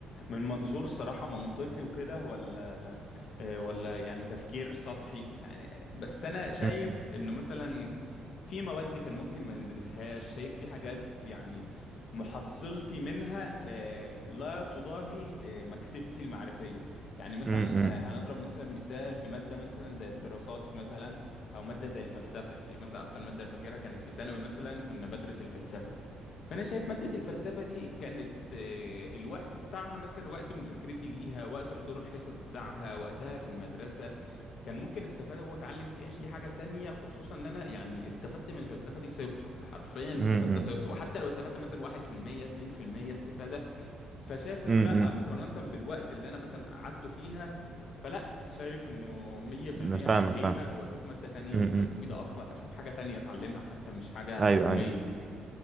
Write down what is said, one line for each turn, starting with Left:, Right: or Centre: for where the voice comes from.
Left: من منظور صراحة منطقي وكده ولا آه، ولا يعني تفكير سطحي يعني بس أنا شايف
Right: مم،
Left: إنه مثلا في مواد كان ممكن ما ندرسهاش شايف في حاجات يعني محصلتي منها آه، لا تضاهي آه، مكسبتي المعرفية يعني مثلا
Right: مم،
Left: آه، هنضرب مثلا مثال بمادة مثلا زي الدراسات مثلا أو مادة زي الفلسفة دي مثلا أكتر مادة فاكرها كانت في ثانوي مثلا كنا بدرس الفلسفة انا شايف ماده الفلسفه دي كانت آه، الوقت بتاعها مثلا وقت مذاكرتي ليها وقت حضور الحصص بتاعها وقتها في المدرسه كان ممكن استفاد واتعلم فيه اي حاجه تانية خصوصا ان انا يعني استفدت من الفلسفه دي صفر حرفيا
Right: مم،
Left: استفدت صفر وحتى لو استفدت مثلا 1% 2% استفاده فشايف انه
Right: مم،
Left: لا
Right: مم.
Left: مقارنه بالوقت اللي انا مثلا قعدته فيها فلا شايف انه 100%
Right: أنا فاهمك
Left: الغيها
Right: فاهم
Left: واشوف ماده تانية
Right: مم،
Left: مثلا
Right: مم.
Left: مفيده اكتر اشوف حاجه تانية اتعلمها حتى مش حاجه تعليميه
Right: أيوه أيوه